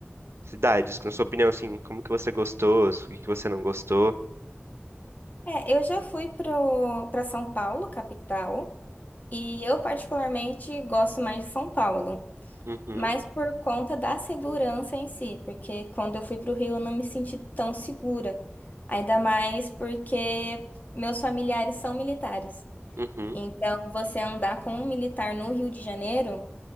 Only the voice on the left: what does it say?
É, eu já fui pro, para São Paulo, capital, e eu particularmente gosto mais de São Paulo.
Mas por conta da segurança em si, porque quando eu fui para o Rio eu não me senti tão segura. Ainda mais porque meus familiares são militares.
Então, você andar com um militar no Rio de Janeiro